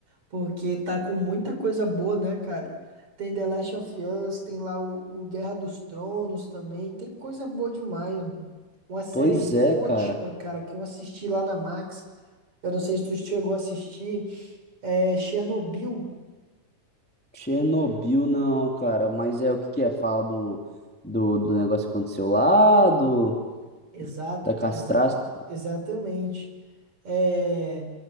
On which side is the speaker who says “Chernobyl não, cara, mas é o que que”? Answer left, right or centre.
Centre